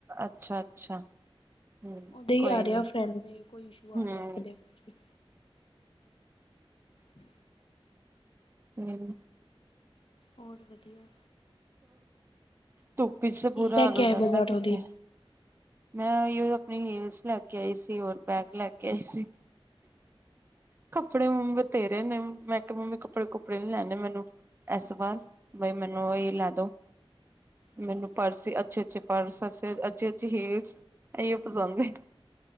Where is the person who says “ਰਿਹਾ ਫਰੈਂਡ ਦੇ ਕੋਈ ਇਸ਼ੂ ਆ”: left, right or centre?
Left